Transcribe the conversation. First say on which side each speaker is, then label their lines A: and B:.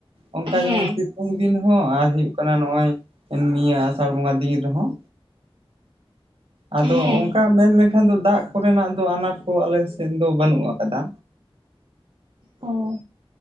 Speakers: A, on the right; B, on the right.
A: ᱚᱱᱠᱟ
B: ᱦᱮᱸ
A: ᱡᱮᱢᱚᱱ ᱥᱤᱛᱩᱝ ᱫᱤᱱ ᱦᱚᱸ ᱟᱨ ᱦᱩᱭᱩᱜ ᱠᱟᱱᱟ ᱠᱟᱱᱟ ᱱᱚᱜ ᱚᱭ ᱱᱤᱭᱟᱹ ᱟᱥᱟᱲ ᱵᱚᱸᱜᱟ ᱫᱤᱱ ᱨᱮᱦᱚᱸ ᱟᱫᱚ
B: ᱦᱮᱸ
A: ᱚᱱᱠᱟ ᱢᱮᱱ ᱞᱮᱠᱷᱟᱱ ᱫᱚ ᱫᱟᱜ ᱠᱚᱨᱮ ᱱᱟᱜ ᱫᱚ ᱟᱱᱟᱴ ᱠᱚ ᱟᱞᱮ ᱥᱮᱫ ᱫᱚ ᱵᱟᱹᱱᱩᱜ ᱟᱠᱟᱫᱟ
B: ᱚ